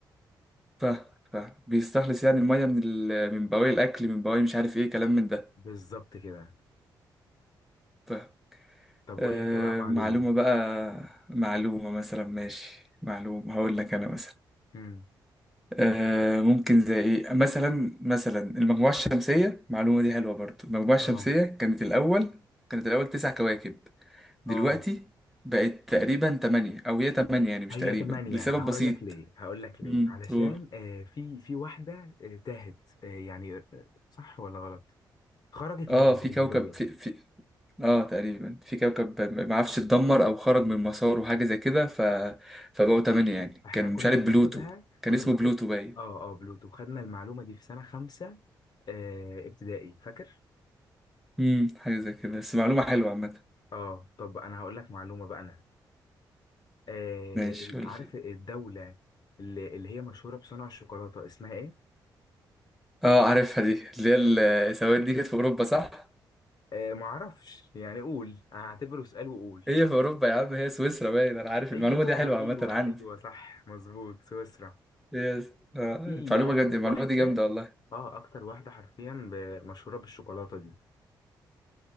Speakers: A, in the centre; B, on the left.
A: فاهم فاهم بيستخلص يعني المية من ال... من بواقي الأكل من بواقي مش عارف إيه كلام من ده
B: بالظبط كده
A: فاهم
B: طب قول
A: آه
B: لي انت بقى معلومه
A: معلومة بقى معلومة مثلا ماشي معلومة هقول لك أنا مثلا
B: امم
A: آه ممكن زي إيه مثلا مثلا المجموعة الشمسية المعلومة دي حلوة برضو المجموعة الشمسية
B: اه
A: كانت الأول كانت الأول تسع كواكب دلوقتي
B: اه
A: بقت تقريبا تمانية أو هي تمانية يعني مش
B: هي
A: تقريبا
B: تمانية
A: لسبب
B: هقول
A: بسيط
B: لك ليه هقول لك ليه
A: امم
B: علشان
A: قول
B: آه في في واحدة آه تاهت آه يعني آه، صح ولا غلط خرجت
A: اه
B: من الجاذبية
A: في كوكب في في اه تقريبا في كوكب ما عرفش اتدمر او خرج من مساره وحاجه زي كده ف فبقوا تمانية يعني
B: احنا
A: كان
B: كنا
A: مش عارف
B: بناخدها
A: بلوتو كان
B: كنا
A: اسمه
B: بناخد
A: بلوتو باين
B: اه اه بلوتو خدنا المعلومة دي في سنة خمسة آه ابتدائي فاكر
A: امم حاجه زي كده بس معلومه حلوه عامه
B: اه طب انا هقول لك معلومة بقى انا آه
A: ماشي
B: ال-
A: قول
B: عارف
A: لي
B: الدولة اللي, اللي هي مشهورة بصنع الشوكولاتة اسمها ايه
A: اه عارفها دي اللي هي السواد دي كانت في اوروبا صح
B: آه معرفش يعني قول هعتبره سؤال وقول
A: هي في اوروبا يا عم هي سويسرا باين انا عارف
B: ايوه
A: المعلومه دي حلوه
B: ايوه
A: عامه عندي
B: ايوه صح مظبوط سويسرا
A: يس اه
B: في
A: المعلومه
B: اكتر
A: جامده
B: واحده
A: المعلومه دي جامده والله
B: اه اكتر واحده حرفيا ب- مشهوره بالشوكولاته دي